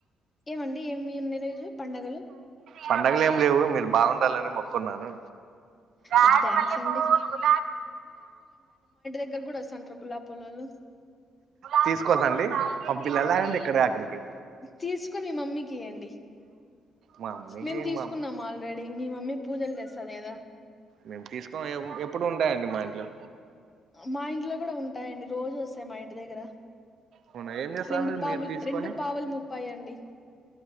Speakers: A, on the left; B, on the right.
A: ఏమండి ఏమి ఇన్ని రోజులు పండగలు
B: పండగ ఏం లేవు మీరు బాగుండాలని మొక్కున్నాను ఆ
A: ఓ థ్యాంక్స్
B: మీరు
A: అండి ఇడకి కూడా వస్తుంటారా గులాబ్పులోల్లు
B: తీసుకోవాలన అండి పబ్జిల్లో అలారం పెట్టాడు అక్కడికి
A: తీసుకొని మమ్మీకి ఇయ్యండి
B: మా అమ్మకి
A: మేము తీసుకున్నాం
B: మా అమ్మ
A: ఆల్రెడీ మీ మమ్మీ పూజలు చేస్తాది గదా
B: మేము తీసుకోఏం ఎప్పుడు ఉంటాయండి మా ఇంట్లో
A: మా ఇంట్లో కూడా ఉంటాయండి రోజు వస్తాయి మా ఇంటి దగ్గర
B: అవునా ఏం చేస్తారు
A: రెండు పావులు
B: మీరు తీసుకొని
A: రెండు పావులు ముప్పాయండి